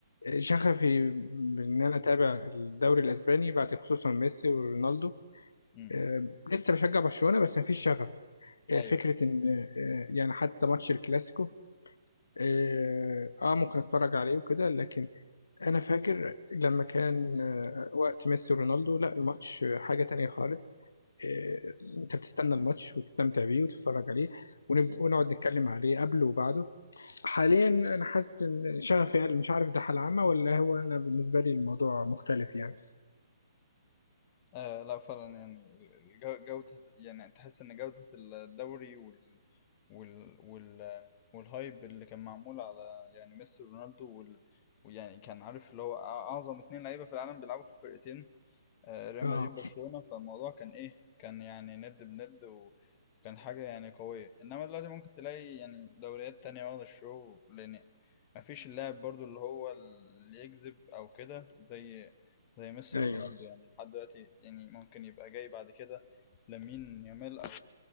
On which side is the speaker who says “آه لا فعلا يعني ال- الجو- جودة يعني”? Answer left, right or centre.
Left